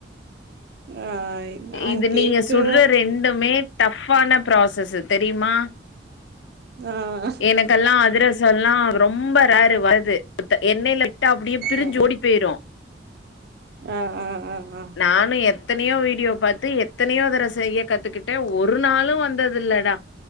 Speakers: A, on the right (about 60°); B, on the left (about 75°).
A: ஆ நாங்
B: இது
A: கேக்கு
B: நீங்க சுட்ற ரெண்டுமே டஃப்ஃபான ப்ராசஸ்ஸு தெரியுமா
A: ஆ
B: எனக்கெல்லா அதிரசோ எல்லா ரொம்ப ரேரு வருது எண்ணெயில போட்டா அப்டியே பிரிஞ்சு
A: ஆ ஆ
B: ஓடி போயிரும்
A: ஆ ஆ ஆ ஹா
B: நானு எத்தனையோ வீடியோ பாத்து எத் எத்தனையோ தடவ செய்ய கத்துக்கிட்டே ஒரு நாளு வந்தது இல்லடா